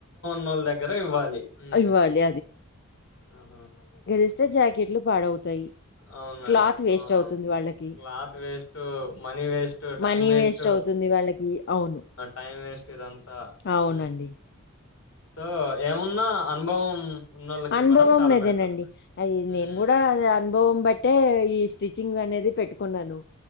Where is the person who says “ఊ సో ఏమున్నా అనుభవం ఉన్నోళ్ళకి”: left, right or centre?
Left